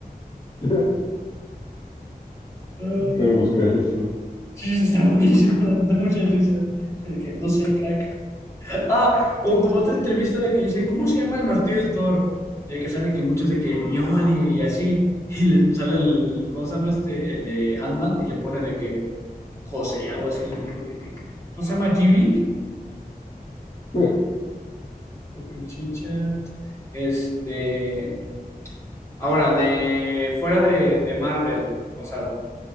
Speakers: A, on the left; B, on the left.
A: <laughs>
B: Ah,
A: Deja de buscar eso. <laughs>
B: sí, está <laughs> buenísimo, da mucha risa. De que, no sé, crack. Ah, o como otra entrevista de que dice, ¿cómo se llama el martillo del Thor? Y que salen que muchos de que Mjolnir y así, y le sale el, ¿cómo se llama este? El de Ant-Man y le pone de que José, algo así le dijo de que, ¿cómo se llama Jimmy?
A: Eh,
B: Open Chit Chat. Este, ahora, de fuera de, de Marvel, o sea,